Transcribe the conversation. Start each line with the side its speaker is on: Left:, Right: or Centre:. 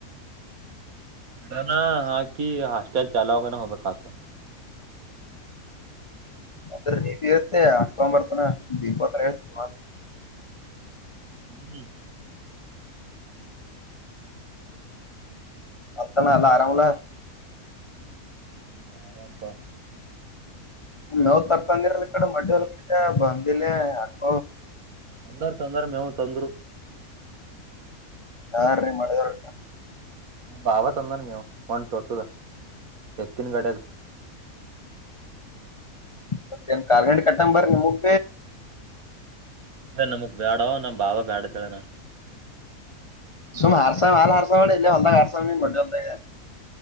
Right: ಅಾನ ಹಾಕಿ ಹಾಸ್ಟೆಲ್ ಚಾಲುವಾಗ ಹೋಗಬೇಕತ
Left: ಅದ ನೀಪ ಇತ್ತೆ ಅಕ ಬರ್ತನಷ್ಟ ದೀಪತ್ರುಂಬ
Right: ಹ್ಮ್ ಹ್ಮ
Left: ಅರ್ತಣ
Right: ಇರ್ತ
Left: ಎಲ್ಲ ಆರಾಮಲ್ಲ
Right: ಹ್ಮ್ ಆರಾಮಪಾ
Left: ನೋವ್ ತರ್ತಂದಿರಲ್ಲ ಕಡೆ ಮಟ್ಟಲ್ ಕ ಬಂದಿಲ್ಲ ಯಾಕ
Right: ತಂದರು ತೊಂದರೆ ಮೇವು ತೊಂದರು
Left: ಯಾರೀ ಮಾಡದಾರ
Right: ನ ಬಾಬ ತಂದಾನು ಮೇವು ಮಂಡ ತೊಟ್ಟದ ಎತ್ತಿನ ಗಡಗೆ
Left: ಮತ್ತೇನ್ ಕಾರ್ಂಡ ಕಟ್ಟ ಬರ ನಿಮಗ್
Right: ಅ ನಮಗ್ ಬ್ಯಾಡ ನಮ್ಮ ಭಾವ ಬ್ಯಾಡತಾಳ ನ
Left: ಸುಮ್ ಹಾರಸ ಹಾರಸ ಮಾಡಿ ಇಲ್ಲ ಹೊಂದಾಗ ಹಾರಸ ಮ ಇದೆ.